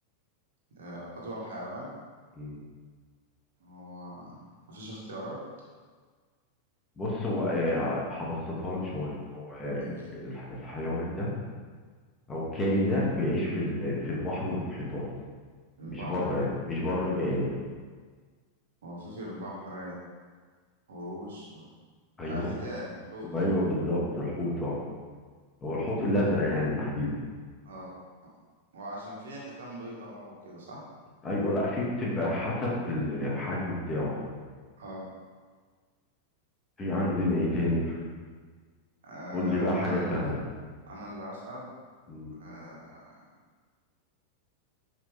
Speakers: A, on the right; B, on the left.
A: آه، أطول حيوان
B: مم.
A: هو مفيش اختيارات
B: بص هو آه، هبسطها لك شوية هو آه،
A: مم.
B: الح- الحيوان ده أو الكائن ده بيعيش في ال- في البحر والمحيطات
A: البحر
B: مش بره يعني مش بره يبقى ايه ده
A: هو في في البحر قروش و...
B: ايوه
A: آه، حيتان الحوت
B: ايوه
A: الحوت
B: بالظبط الحوت اه هو الحوت الازرق يعني تحديدا
A: اه وعشان فيه حيتان بيضة بقى وكده صح؟
B: ايوه لا في بتبقى حسب الحجم بتاعه يعني
A: اه
B: في عندنا ايه تاني
A: آه،
B: قول لي بقى حاجه
A: أنا ال-
B: سهله
A: أنا اللي أسأل
B: مم.
A: آه،